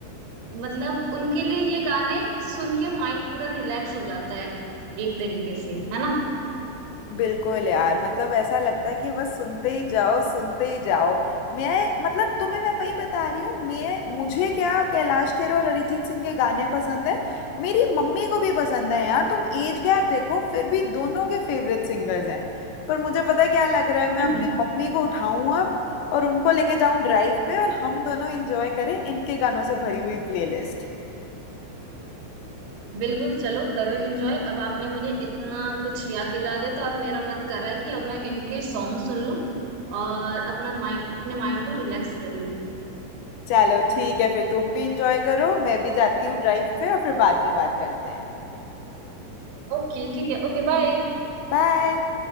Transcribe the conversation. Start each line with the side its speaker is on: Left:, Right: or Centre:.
Right: मतलब उनके लिए ये गाने सुन के माइंड पूरा रिलैक्स हो जाता है एक तरीके से है ना
Left: बिल्कुल यार मतलब ऐसा लगता है कि बस सुनते ही जाओ सुनते ही जाओ मैं मतलब तुम्हें मैं वही बता रही हूँ मैं मुझे क्या कैलाश खेर और अरिजीत सिंह के गाने पसंद है मेरी मम्मी को भी पसंद है यार तुम एज गैप देखो फिर भी दोनों के फेवरेट सिंगर्स हैं पर मुझे पता है क्या लग रहा है मैं
Right: <laughs>
Left: अपनी मम्मी को उठाऊं अब और उनको लेके जाऊं ड्राइव पे और हम दोनों इंजॉय करें इनके गानों से भरी हुई प्लेलिस्ट
Right: बिल्कुल चलो करो एंजॉय अब आपने मुझे इतना कुछ याद दिला दे तो अब मेरा मन कर रहा है कि अब मैं इनके सॉन्ग सुन लूं और अपना माइंड अपने माइंड को रिलैक्स कर लूं
Left: चलो ठीक है फिर तुम भी इंजॉय करो मैं भी जाती हूँ ड्राइव पे और फिर बाद में बात करते हैं
Right: ओके ठीक है ओके बाय
Left: बाय